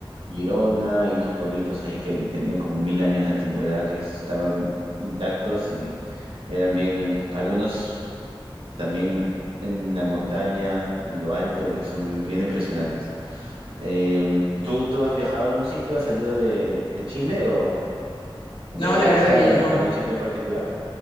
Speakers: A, on the right (about 80°); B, on the left (about 85°).
A: Girona y unos pueblitos ahí que tenían como mil años de antigüedad que estaban intactos y eran bien, algunos también en la montaña, en lo alto, y son bien impresionantes. Eh, ¿tú, tú has viajado a algún sitio? ¿Has salido de, de Chile o, o
B: No,
A: te interesa
B: la verdad que yo no.
A: algún sitio en particular?